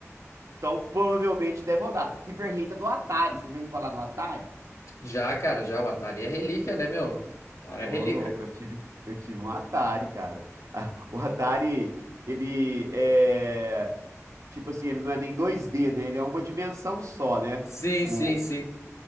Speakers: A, on the right; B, on the left.
A: Então provavelmente deve rodar. River Raid é do Atari. Você já ouviu falar no Atari?
B: Já, cara, já o Atari é relíquia, né, meu? Atari
A: Ô,
B: é relíquia.
A: louco, eu tive, eu tive um Atari, cara. <laughs> O Atari, ele é. Tipo assim, ele não é nem 2D, né? Ele é uma dimensão só, né?
B: Sim,
A: O...
B: sim, sim.